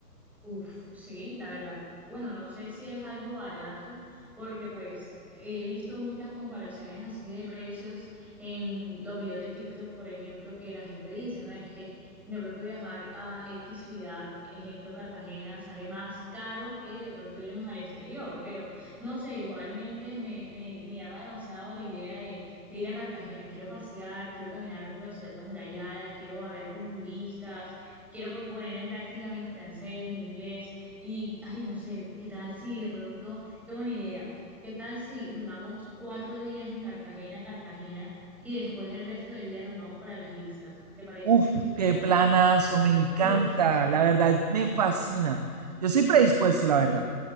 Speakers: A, in the centre; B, on the right.
A: Uf, sí, la verdad. Bueno, no sé si es algo barato, porque pues he visto muchas comparaciones así de precios en los videos de TikTok, por ejemplo, que la gente dice, ¿no? Es que de pronto viajar a X ciudad, ejemplo Cartagena, sale más caro que de pronto irnos al exterior, pero no sé, igualmente me, me, me llama demasiado la idea de, de ir a Cartagena. Quiero pasear, quiero caminar por la ciudad amurallada, quiero hablar con turistas quiero proponer en práctica mi francés, mi inglés y, ay, no sé, ¿qué tal si de pronto tengo una idea? ¿Qué tal si duramos cuatro días en Cartagena, Cartagena y después el resto de día nos vamos para las islas? ¿Te parece
B: Uf,
A: si tipo,
B: qué planazo, me encanta,
A: uff,
B: la verdad, me fascina. Yo soy predispuesto, la verdad.